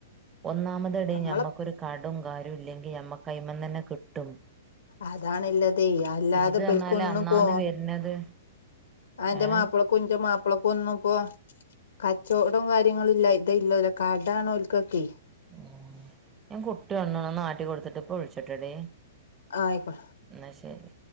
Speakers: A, on the right (about 20°); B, on the left (about 75°).
A: ഒന്നാമത് എടീ
B: നമ്മളെ
A: ഞമ്മക്കൊരു കടും കാര്യും ഇല്ലെങ്കില് ഞമ്മക്ക് അയ്മന്നന്നെ കിട്ടും
B: അതാ നല്ലതെ അല്ലാതെ
A: ഇത്
B: ഇബൾക്ക്
A: പറഞ്ഞാല്
B: ഒന്നു
A: അന്നാന്ന്
B: പോ
A: വരുന്നത്
B: അയിന്റെ
A: ഏഹ്
B: മാപ്പിള <unintelligible> ക്കഞ്ച മാപ്പിളക്ക ഒന്നു ഇപ്പോ കച്ചവടവും കാര്യങ്ങളും ഇല്ല ഇത ഇല്ലവര കടാണ് ഓൽക്കൊക്കെ
A: ഉ ഞൻ കുട്ടിഒന്ന്ന് ആട്ടി കൊടുത്തിട്ട്പ്പ പ്പോ വിളിച്ചാട്ടടി.
B: ആയിക്കോ
A: ഇന്ന ശരി